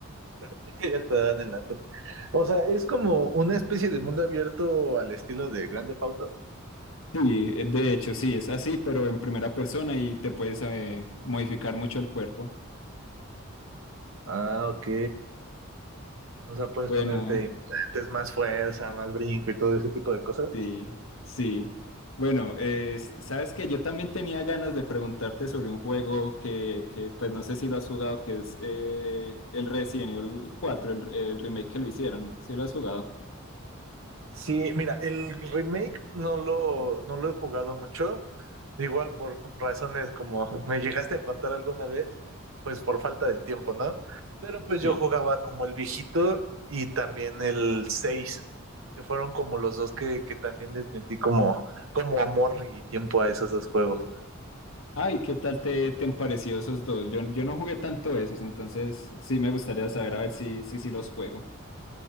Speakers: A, on the right (about 70°); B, on the left (about 70°).
A: <laughs> ya te dan el dato. O sea, es como una especie de mundo abierto al estilo de Grand Theft Auto.
B: Sí, eh, de hecho sí, es así, pero en primera persona y te puedes eh, modificar mucho el cuerpo.
A: Ah, ok. O sea, puedes
B: Bueno,
A: ponerte implantes, más fuerza, más brinco y todo ese tipo de cosas.
B: Sí, sí. Bueno, eh, s- sabes que yo también tenía ganas de preguntarte sobre un juego que, que pues no sé si lo has jugado, que es eh, el Resident Evil 4, el, el remake que lo hicieron. ¿Sí lo has jugado?
A: Sí, mira, el remake no lo, no lo he jugado mucho, igual por razones como me llegaste a contar alguna vez, pues por falta de tiempo, ¿no? Pero pues yo
B: Sí.
A: jugaba como el viejito y también el 6, que fueron como los dos que, que también les metí como, como amor y tiempo a esos dos juegos.
B: Ay, ¿qué tal te, te han parecido esos dos? Yo, yo no jugué tanto esos, entonces sí me gustaría saber a ver si, si, si los juego.